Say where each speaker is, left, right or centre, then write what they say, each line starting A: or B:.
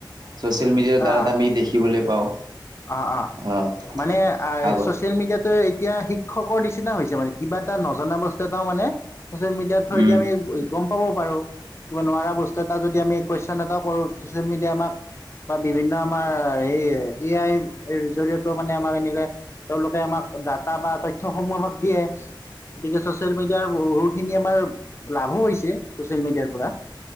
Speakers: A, on the right (about 55°); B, on the left (about 35°).
A: চচিয়েল মিডিয়াৰ দ্বাৰা
B: আহ
A: আমি দেখিবলৈ পাওঁ
B: অ অ
A: আহ
B: মানে
A: আগত
B: চচিয়েল মিডিয়াতটো এতিয়া শিক্ষকৰ নিচিনা হৈছে মানে কিবা এটা নজনা বস্তু এটাও মানে ছ'চিয়েল মিডিয়াৰ থ্ৰ
A: উম
B: যদি আমি গম পাব পাৰোঁ কিব নোৱাৰা বস্তু এটা যদি আমি কুৱেশ্যন এটাও কৰোঁ ছ'চিয়েল মিডিয়াই আমাক বা বিভিন্ন আমাৰ এই এ আইৰ জৰিয়তে মানে আমাক এনেকে তেওঁলোকে আমাক ডাটা বা তথ্যসমূহ আমাক দিয়ে গতিকে চচিয়েল মিডিয়াৰ বহুখিনি আমাৰ লাভো হৈছে ছচিয়েল মিডিয়াৰ পৰা